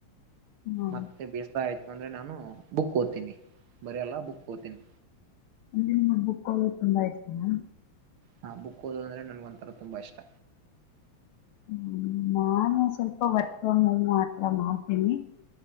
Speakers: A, on the left (about 80°); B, on the right (about 75°).
A: ಹ್ಮ್
B: ಮತ್ತೆ ಬೇಸ್ರ ಆಯ್ತು ಅಂದ್ರೆ ನಾವ್ ನೂ ಬುಕ್ ಓದ್ತಿನಿ. ಬರ್ಯಲ್ಲ ಬುಕ್ ಓದ್ತಿನಿ.
A: ನಿಮ್ಗ್ ಬುಕ್ ಓದೋದ್ ತುಂಬಾ ಇಷ್ಟನಾ?
B: ಹಾ ಬುಕ್ ಓದದ್ ಅಂದ್ರೆ ನನ್ಗ್ ಒಂಥರ ತುಂಬಾ ಇಷ್ಟ.
A: ಹ್ಮ್ ನಾನೂ ಸ್ವಲ್ಪ ವರ್ಕ್ ಫ್ರಮ್ ಹೋಮ್ ಆ ತರ ಮಾಡ್ತೀನಿ.